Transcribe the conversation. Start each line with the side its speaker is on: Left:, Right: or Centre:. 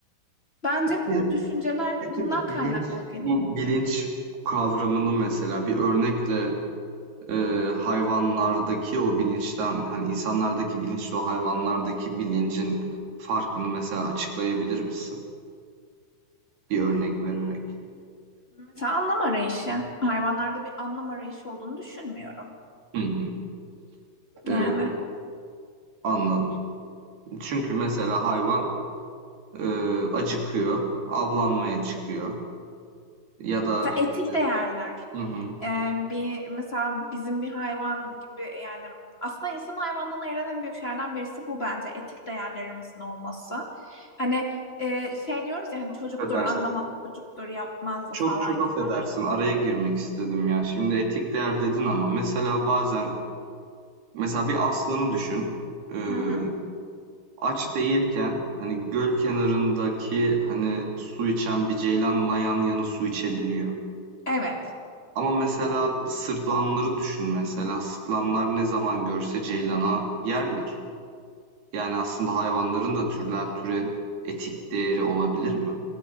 Left: Bence
Right: Peki
Left: bu düşünceler
Right: peki
Left: bundan
Right: bu
Left: kaynaklı
Right: bilinç
Left: hani.
Right: Bu bilinç kavramını mesela bir örnekle e, hayvanlardaki o bilinçten hani insanlardaki bilinçle o hayvanlardaki bilincin farkını mesela açıklayabilir misin? Bir örnek vererek.
Left: Mesela anlam arayışı. Hayvanlarda bir anlam arayışı olduğunu düşünmüyorum.
Right: Hı hı. E,
Left: Yani
Right: anladım. Çünkü mesela hayvan e, acıkıyor, avlanmaya çıkıyor ya da
Left: mesela etik
Right: e,
Left: değerler.
Right: hı hı,
Left: Ee, bir mesela bizim bir hayvan gibi yani aslında insan hayvandan ayıran en büyük şeylerden birisi bu bence etik değerlerimizin olması. Hani e, şey diyoruz ya hani çocuktur
Right: affedersin.
Left: anlamaz, çocuktur yapmaz
Right: Çok
Left: falan
Right: çok
Left: gibi.
Right: affedersin araya girmek istedim ya. Şimdi etik değer dedin ama mesela bazen mesela bir aslanı düşün. Ee,
Left: Hı hı.
Right: aç değilken hani göl kenarındaki hani su içen bir ceylanla yan yana su içebiliyor.
Left: Evet.
Right: Ama mesela sırtlanları düşün mesela. Sırtlanlar ne zaman görse ceylana yerler. Yani aslında hayvanların da türden türe etik değeri olabilir mi?